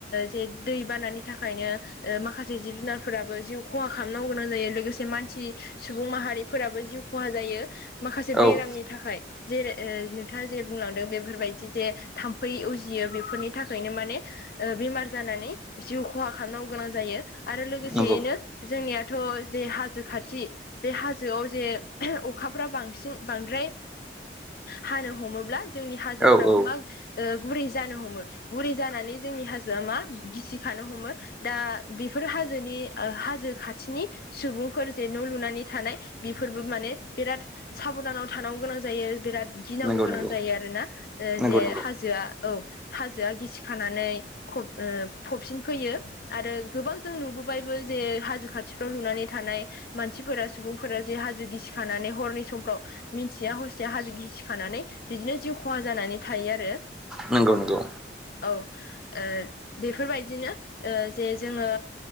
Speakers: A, on the left (about 55°); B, in the centre.
A: जे दै बानानि थाखायनो ओ माखासे जिब जुनारफोराबो जिउ खहा खालामनांग गोनां जायो लोगोसे मानसि सुबुं माहारिफोराबो जिउ खहा जायो माखासे
B: औ
A: बेरामनि थाखाय जेरै नोंथाङा जे बुंलांदों बेफोरबायदि जे थाम्फै उजियो बेफोरनि थाखायनो माने ओ बेमार जानानै जिउ खहा खालामनांगौ गोनां जायो। आरो लोगोसेयैनो
B: नंगौ
A: जोंनियाथ' जे हा हाजो खाथि बे हाजोआव जे अखाफ्रा बांसिन बांद्राय हानो हमोब्ला जोंनि हाजोफ्राबो
B: औ औ
A: मा ओ गुरै जानो हमो गुरै जानानै जोंनि हाजोआ मा गिसिखानो हमो। दा बेफोर हाजोनि हाजो खाथिनि सुबुं फोर जे न' लुनानै थानाय बेफोरबो माने बिराद साबधानाव थानांगौ गोनां जायो बिराद गिनांगौ
B: नंगौ
A: गोनां
B: नंगौ
A: जायो आर ना
B: नंगौ
A: जे
B: नंगौ
A: हाजोआ औ हाजोआ गिसि खानानै फब ओ सिनफैयो आरो गोबां जों नुबोबायबो जे हाजो खाथिफ्राव लुनानै थानाय मानसिफोरा सुबुंफोरा जे हाजो गिसिखानानै हरनि समफ्राव मिन्थिया हसिया हाजो गिसि खानानै बिदिनो जिउ खहा जानानै थायो आरो।
B: नंगौ नंगौ
A: औ ओ बेफोरबायदिनो ओ जे जोङो